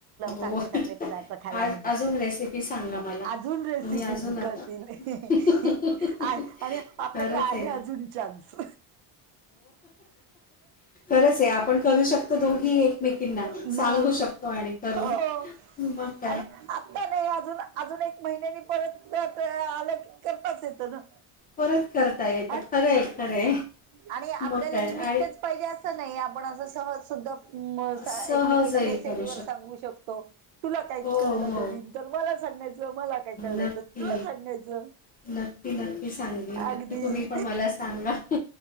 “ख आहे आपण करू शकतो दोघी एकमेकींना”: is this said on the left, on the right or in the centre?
Left